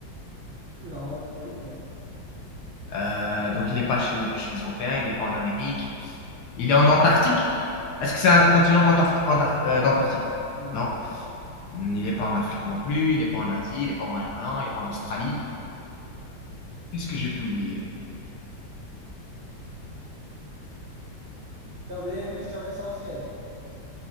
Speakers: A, on the right; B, on the left.
A: non, pas du tout.
B: Euh, donc, il n'est pas chez, non plus chez les Européens, il n'est pas en Amérique. Il est en Antarctique. Est-ce que c'est un continent antar- antar-
A: Non,
B: euh, d'Antarctique?
A: non.
B: Non. Hum, Il n'est pas en Afrique non plus, il n'est pas en Asie, il n'est pas au Moyen-Orient, il n'est pas en Australie. Qu'est-ce que j'ai pu oublier?
A: T'as oublié une question essentielle.